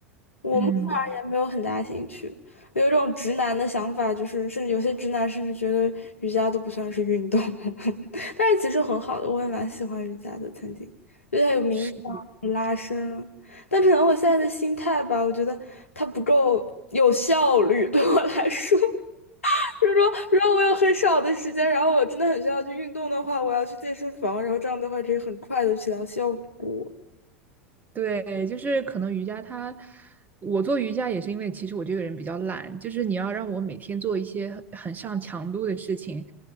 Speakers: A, on the left; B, on the right.
A: 我目前而言没有很大兴趣，
B: 嗯
A: 有一种直男的想法，就是甚至有些直男甚至觉得瑜伽都不算是运动，<laughs> 但是其实很好的，我也蛮喜欢瑜伽的，曾经，因为它有冥想、
B: 是。
A: 有拉伸，但可能我现在的心态吧，我觉得它不够有效率，<laughs> 对我来说，<laughs> 就是说如果我有很少的时间，然后我真的很需要去运动的话，我要去健身房，然后这样的话可以很快的起到效果，
B: 对，就是可能瑜伽它，我做瑜伽也是因为其实我这个人比较懒，就是你要让我每天做一些很很上强度的事情，